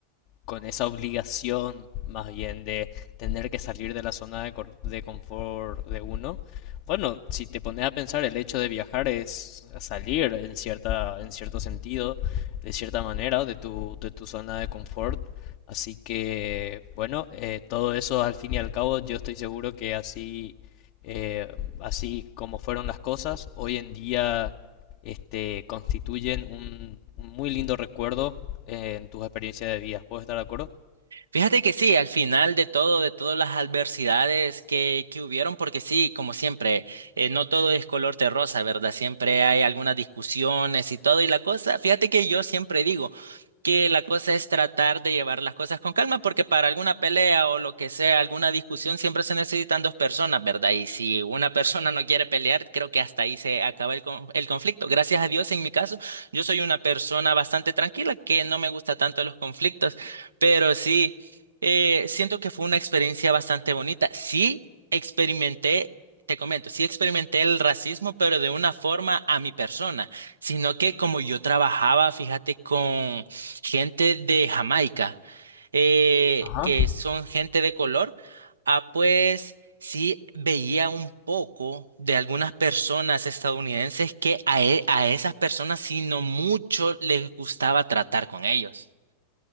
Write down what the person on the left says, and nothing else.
con esa obligación más bien de tener que salir de la zona de, cor- de confort de uno. Bueno, si te pones a pensar, el hecho de viajar es salir en cierta, en cierto sentido, de cierta manera, de tu, de tu zona de confort. Así que, bueno, eh, todo eso al fin y al cabo, yo estoy seguro que así, eh, así como fueron las cosas, hoy en día, este, constituyen un, un muy lindo recuerdo en tus experiencias de vida. ¿Puedo estar de acuerdo?
Ajá.